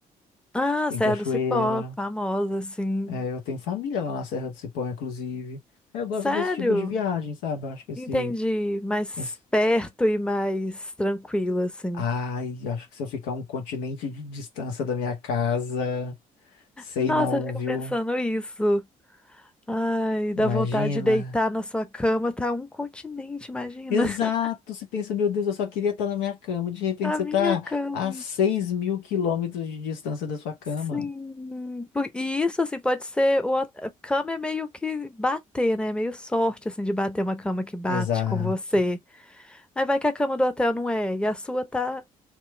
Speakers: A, in the centre; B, on the left (about 80°).
A: Ah,
B: que tem
A: Serra
B: cachoeira.
A: do Cipó, famosa, assim.
B: É, eu tenho família lá na Serra do Cipó, inclusive. Aí Eu gosto
A: Sério?
B: desse tipo de viagem, sabe? Eu acho que esse,
A: Entendi. Mais
B: esse
A: perto e mais tranquilo, assim.
B: Ai, acho que se eu ficar um continente de distância da minha casa, sei
A: Nossa,
B: não,
A: eu fico
B: viu?
A: pensando isso. Ai, dá
B: Imagina.
A: vontade de deitar na sua cama, tá um continente, imagina.
B: Exato,
A: <laughs>
B: você pensa, meu Deus, eu só queria estar na minha cama. De repente
A: A
B: você
A: minha
B: está
A: cama.
B: a seis mil quilômetros de distância da sua cama.
A: Sim. Por- E isso, assim, pode ser. O... a Cama é meio que bater, né? Meio sorte, assim, de bater uma cama que bate
B: Exato.
A: com você. Aí vai que a cama do hotel não é, e a sua tá